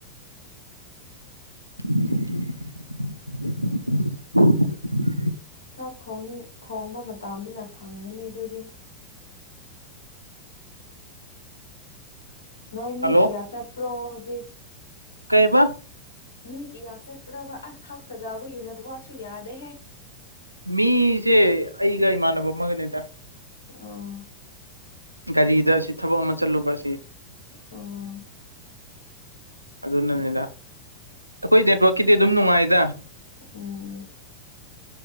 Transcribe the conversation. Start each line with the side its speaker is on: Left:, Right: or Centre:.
Right: <inaudible> <inaudible>
Left: ꯆꯥꯛ ꯊꯣꯡ ꯊꯣꯡꯕ ꯃꯇꯝꯗꯨꯅ ꯈꯪꯒꯅꯤ ꯑꯗꯨꯗꯤ ꯅꯣꯏꯃꯤ
Right: ꯍꯜꯂꯣ
Left: ꯀ ꯏ ꯌꯥ ꯆꯠꯄ꯭ꯔꯣ ꯍꯧꯖꯤꯛ
Right: ꯀꯩꯕ
Left: ꯃꯤ ꯀꯤꯌꯥ ꯆꯠꯄ꯭ꯔꯕ ꯑꯁꯛ ꯐꯖꯕꯒꯤ ꯅꯦꯠꯋꯛꯁꯨ ꯌꯥꯗꯦꯍꯦ
Right: ꯃꯤꯁꯦ ꯑꯩꯒ ꯏꯃꯥꯟꯅꯕ ꯑꯃꯒꯅꯦꯗ
Left: ꯑꯥ
Right: ꯒꯥꯔꯤꯗ ꯑꯁꯤ ꯊꯕꯛ ꯑꯃ ꯆꯠꯂꯨꯕ ꯑꯁꯤ
Left: ꯑꯥ
Right: ꯑꯗꯨꯅꯅꯤꯗ ꯑꯩꯈꯣꯏ ꯅꯦꯠꯋꯥꯛꯛꯀꯤꯗꯤ ꯑꯗꯨꯝ ꯅꯨꯡꯉꯥꯏꯗ
Left: ꯎꯝ